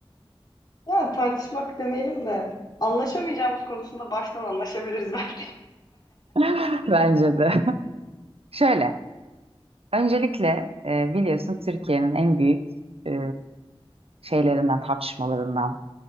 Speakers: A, on the left; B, on the right.
A: Yani tartışmak demeyelim de anlaşamayacağımız konusunda baştan anlaşabiliriz belki.
B: <laughs> Bence de. Şöyle, öncelikle e, biliyorsun Türkiye'nin en büyük e, şeylerinden, tartışmalarından